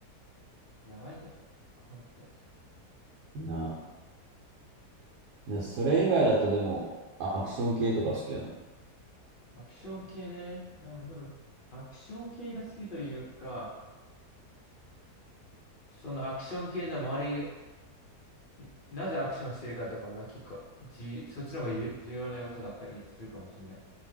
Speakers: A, on the left; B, on the right.
A: やばいから、本当に。
B: な。なそれ以外だとでも、アクション系とか好きなの。
A: アクション系ね、多分多分、アクション系が好きというか、そのアクション系の周り、なぜアクションしてるかとかも結構じ、そっちの方がゆ重要な要素だったりするかもしれない。